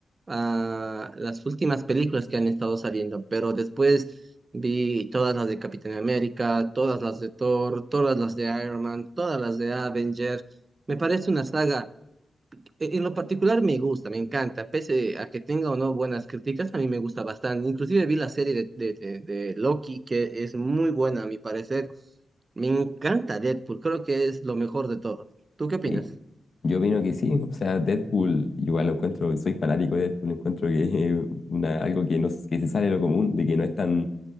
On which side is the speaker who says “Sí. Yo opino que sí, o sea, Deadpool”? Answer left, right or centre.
Left